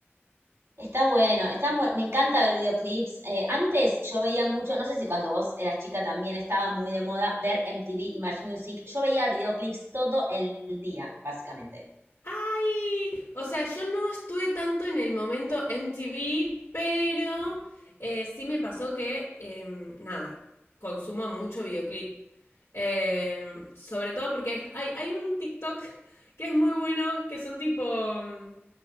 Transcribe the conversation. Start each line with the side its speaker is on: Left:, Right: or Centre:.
Right: Está bueno, están buen- me encanta ver videoclips. Eh, antes yo veía mucho, no sé si cuando vos eras chica también estaba muy de moda ver MTV y Match Music. Yo veía videoclips todo el día, básicamente.
Left: ¡Ay! O sea, yo no estuve tanto en el momento MTV, pero eh, sí me pasó que, eh, nada, consumo mucho videoclip. Eh, sobre todo porque hay, hay un TikTok que es muy bueno, que son tipo mm,